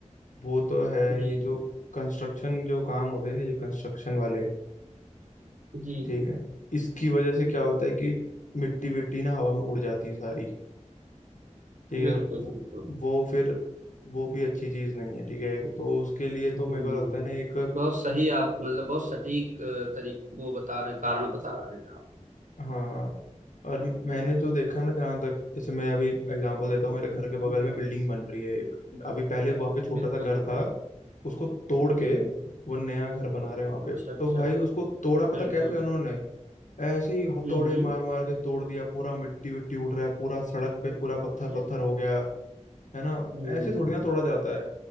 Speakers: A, on the left; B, on the right.
A: वो तो है
B: जी
A: ये जो
B: जी
A: कंस्ट्रक्शन जो काम होते हैं ना ये कंस्ट्रक्शन वाले
B: जी
A: ठीक
B: जी
A: है इसकी वजह से क्या होता है कि मिट्टी विट्टी ना हवा में उड़ जाती है सारी ठीक है
B: बिल्कुल
A: वो,
B: बिल्कुल
A: वो फिर वो भी अच्छी चीज नहीं है ठीक है तो उसके लिए
B: हम्म
A: तो मेरे को लगता है ना एक
B: बहुत सही आप मतलब बहुत सटीक तरीके वो बता रहे हैं कारण बता रहे हैं आप
A: हाँ और मैंने जो देखा है ना जहाँ तक जैसे मैं अभी एग्जांपल देता हूँ मेरे घर
B: हम्म
A: के बगल में बिल्डिंग बन रही है एक अभी पहले वहाँ पे छोटा
B: बिल्कुल
A: सा घर
B: बिल्कुल
A: था उसको तोड़ के
B: हम्म
A: वो नया घर बना रहे हैं वहाँ पे
B: अच्छा अच्छा
A: तो भाई उसको तोड़ा पता
B: बिल्कुल
A: कैसे उन्होंने ऐसे ही हथौड़े
B: हम्म
A: मार मार के तोड़ दिया पूरा मिट्टी विट्टी उड़ रहा है पूरा सड़क पे पूरा
B: बाप
A: पत्थर
B: रे।
A: पत्थर हो गया है ना
B: हम्म
A: ऐसे थोड़ी ना तोड़ा जाता है